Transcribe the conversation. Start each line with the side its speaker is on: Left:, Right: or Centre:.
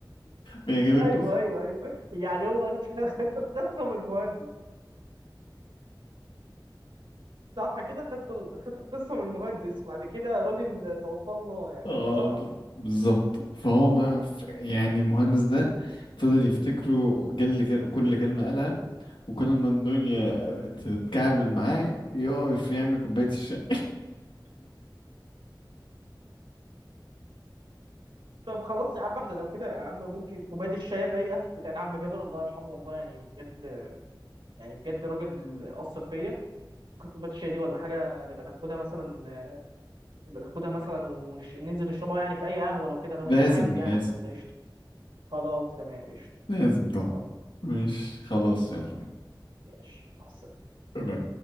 Left: بيحكي لي
Right: ايوه
Left: قصص
Right: ايوه ايوه يعني هو انت <laughs> خدت القصه من المهندس صح كده خدت ال- خدت القصه من المهندس وبعد كده راجل توفاه الله يعني
Left: اه
Right: صح؟
Left: بز- بالظبط فهو بقى ف- يعني المهندس ده فضل يفتكره كل كل كل كلمة قالها وكل ما الدنيا تتكعبل معاه يقف يعمل كوباية الشاي
Right: طب خلاص يا عم احنا لو كده يا عم ممكن كوبايه الشاي الرايقه بتاعت عم جابر الله يرحمه والله يعني بجد يعني بجد راجل اثر فيا ممكن كوبايه الشاي دي ولا حاجه نبقى ناخدها مثلا بناخدها مثلا وننزل نشربها يعني في اي قهوه لو كده لو
Left: <laughs>
Right: انت
Left: لازم
Right: حابب يعني
Left: لازم
Right: لو انت قشطه خلاص تمام قشطه
Left: لازم طبعا
Right: خلاص
Left: مش خلاص يلا
Right: ماشي مع السلامه
Left: بينا